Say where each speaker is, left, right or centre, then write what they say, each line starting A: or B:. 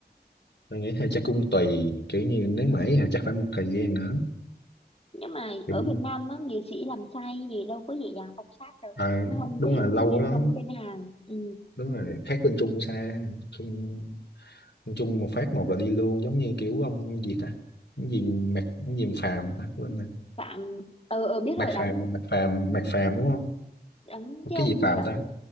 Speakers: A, on the left; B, on the left.
A: tôi nghĩ hay chắc cũng tùy kiểu như nếu mà ấy thì chắc phải một thời gian nữa
B: nhưng mà
A: kiểu
B: ở Việt Nam á nghệ sĩ làm sai gì đâu có dễ dàng phong sát đâu
A: à,
B: nó không
A: đúng
B: có giống
A: là lâu
B: như bên
A: đó
B: Trung với bên Hàn ừ.
A: đúng rồi khác bên Trung xa Trung bên Trung một phát một là đi luôn giống như kiểu ông gì ta cái gì Mạc cái gì Phàm ta quên rồi
B: Phạm ờ ờ, biết
A: Mạc
B: rồi
A: Phàm
B: đóng
A: Mạc Phàm Mạc Phàm đúng không
B: đóng cái
A: cái
B: ông
A: gì Phàm
B: gì đóng
A: ta